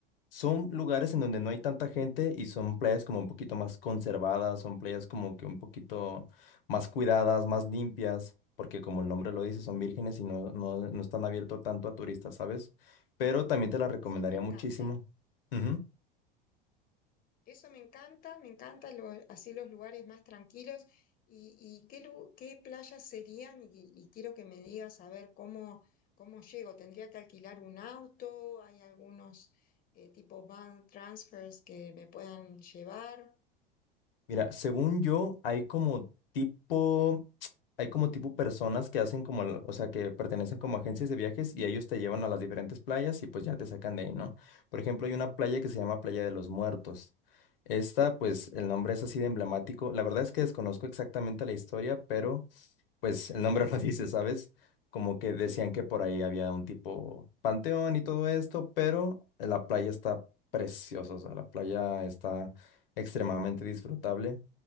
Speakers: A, on the left; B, on the left.
A: son lugares en donde no hay tanta gente y son playas como un poquito más conservadas, son playas como que un poquito más cuidadas, más limpias, porque como el nombre lo dice, son vírgenes y no, no, no están abiertos tanto a turistas, ¿sabes? Pero también te las recomendaría
B: Eso me encanta.
A: muchísimo. Ujú.
B: Eso me encanta, me encanta lo- así los lugares más tranquilos. ¿Y, y qué, lu- qué playas serían? Y, y quiero que me digas a ver cómo, cómo llego. ¿Tendría que alquilar un auto? ¿Hay algunos eh, tipo van transfers que me puedan llevar?
A: Mira, según yo, hay como tipo hay como tipo personas que hacen como, el- o sea, que pertenecen como agencias de viajes y ellos te llevan a las diferentes playas y pues ya te sacan de ahí, ¿no? Por ejemplo, hay una playa que se llama Playa de los Muertos. Esta, pues el nombre es así de emblemático. La verdad es que desconozco exactamente la historia, pero pues el nombre <laughs> lo dice, ¿sabes? Como que decían
B: Sí.
A: que por ahí había un tipo panteón y todo esto, pero la playa está preciosa, o sea, la playa está extremadamente disfrutable.